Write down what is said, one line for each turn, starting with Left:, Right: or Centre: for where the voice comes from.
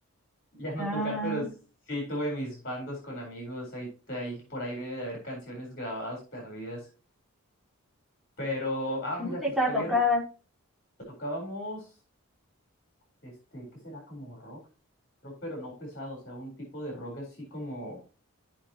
Left: ya no
Centre: ah,
Left: tocar, pero No. sí tuve mis bandos con amigos, ahí, te- ahí por ahí debe de haber canciones grabadas perdidas. Pero, ah,
Centre: ¿qué
Left: mira,
Centre: música
Left: fí- te voy
Centre: tocabas?
Left: a re- tocábamos, este, ¿qué será? Como rock, rock pero no pesado, o sea, un tipo de rock así como,